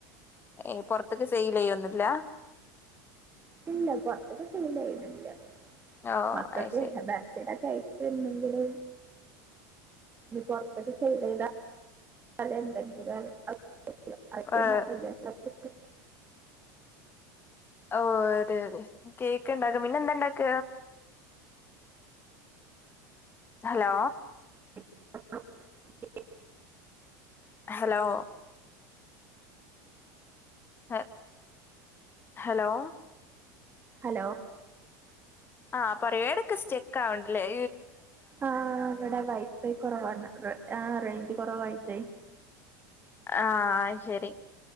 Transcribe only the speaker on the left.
ഏഹ് പൊറത്ത്ക്ക് സെയിലെയ്യൊന്നുല്ല
ഓ
അത് ശരി
ഏ ഓ അതെ അതെ കേക്ക്ണ്ടാക്കും പിന്നെ എന്താണ്ടാക്ക ഹലോ
ഹലോ. ഹ ഹലോ
ആഹ് പറയൂ ഏടക്ക് സ്റ്റെക്ക് ആവ്ണ്ട്ലേ
ആഹ് ശരി